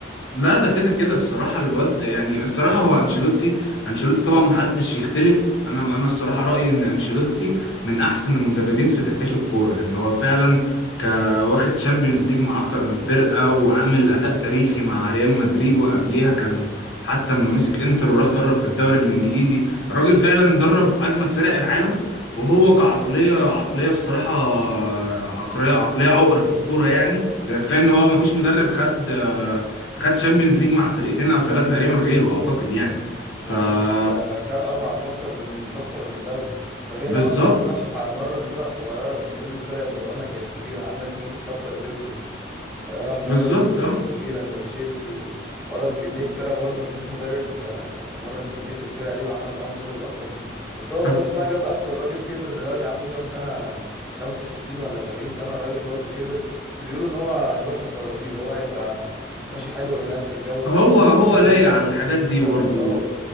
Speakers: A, on the left (about 90°); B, in the centre.
A: لا ده كده كده الصراحة الواد يعني الصراحة هو أنشيلوتي أنشيلوتي طبعا محدش يختلف أنا أنا الصراحة رأيي إن أنشيلوتي من أحسن المدربين في تاريخ الكورة يعني هو فعلا ك واخد تشامبيونز ليج مع أكتر من فرقة وعامل أداء تاريخي مع ريال مدريد وقبليها كان حتى لما مسك إنتر وراح درب في الدوري الإنجليزي الراجل فعلا درب أجمد فرق العالم وهو كعقلية عقلية الصراحة عقلية عقلية عقر في الكورة يعني ده كفاية إن هو مفيش مدرب خد خد تشامبيونز ليج مع فرقتين او ثلاثه تقريبا غيره اعتقد يعني ف
B: هو
A: ف-
B: خد خد اه مع فاكتور من من فاكتور من دولة ده غير
A: بالظبط
B: ان هو كمان راح مرن فرق صغيرة مش كل الفرق اللي مرنا كانت كبيرة عندك مسك فترة ايفرتون آه، راح مرن
A: بالظبط
B: يوفنتوس
A: اه
B: وميلان وتشيلسي ومرن كمية فرقة برضه مفيش مدرب آه، مرن كمية الفرقة دي وعمل معاهم كل الأرقام دي بس هو
A: طب
B: خلاص بقى جاب آخره الراجل كبر دلوقتي عنده كام سنة 65 ولا 70 سنة الراجل برضه كبر بس بيقولوا إن هو هيروح البرازيل هو هيبقى ماشي حلو هناك في الجو بتاع
A: هو
B: البرازيليين
A: هو لايق
B: والناس
A: على الحاجات
B: دي ومنتخبات
A: دي برضه
B: اه